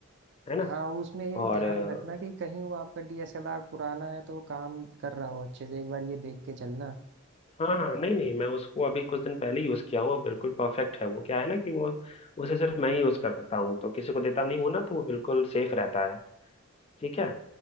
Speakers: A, on the left; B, on the right.
A: है ना
B: हाँ उसमें ये
A: और
B: ध्यान
A: अ,
B: रखना कि कहीं वो आपका डीएसएलआर पुराना है तो वो काम कर रहा हो अच्छे से एक बार ये देख के चलना
A: हाँ हाँ नहीं नहीं मैं उसको अभी कुछ दिन पहले यूज़ किया हूँ और बिल्कुल परफेक्ट है वो क्या है ना कि वो उसे सिर्फ मैं ही यूज़ करता हूँ तो किसी को देता नहीं हूँ ना तो वो बिल्कुल सेफ रहता है ठीक है